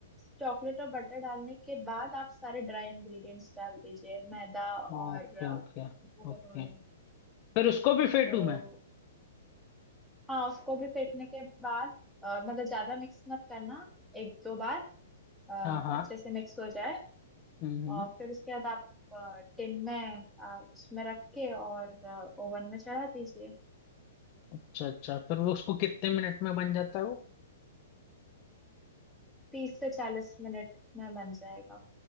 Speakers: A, in the centre; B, on the left.
A: चॉकलेट और बटर डालने के बाद आप सारे ड्राई इंग्रेडिएंट्स डाल दीजिए मैदा और
B: ओके
A: कोको
B: ओके ओके
A: पाउडर
B: फिर उसको भी फेंटू
A: तो
B: मैं
A: हाँ उसको भी फेंटने के बाद अ, मतलब ज्यादा मिक्स मत करना एक दो बार अ,
B: हाँ हाँ
A: अच्छे से मिक्स हो जाए
B: हम्म हम्म
A: और फिर उसके बाद आप टिन में अ, उसमें रख के और ओवन में चढ़ा दीजिए
B: अच्छा अच्छा फिर वो उसको कितने मिनट में बन जाता है वो
A: तीस से चालीस मिनट में बन जाएगा